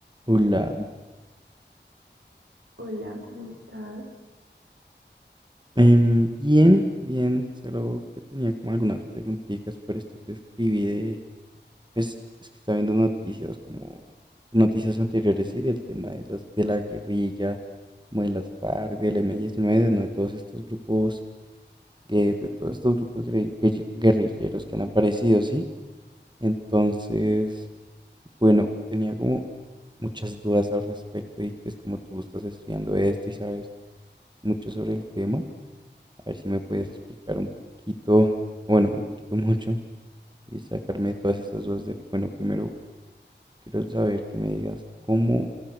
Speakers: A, on the right; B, on the right.
A: Hola.
B: Hola, ¿cómo estás?
A: Em, bien, bien, solo que tenía como algunas preguntitas, por esto te escribí de, pues es que estaba viendo noticias como noticias anteriores y del tema de las de la guerrilla, como de las FARC, del M19, ¿no? De todos estos grupos, eh, de todos estos grupos guerri- guerri- guerrilleros que han aparecido, ¿sí? Entonces, bueno, tenía como muchas dudas al respecto y pues como tú estás estudiando esto y sabes mucho sobre el tema, A ver si me podías explicar un poquito, bueno, un poquito <laughs> mucho y sacarme todas estas dudas de, bueno, primero quiero saber que me digas cómo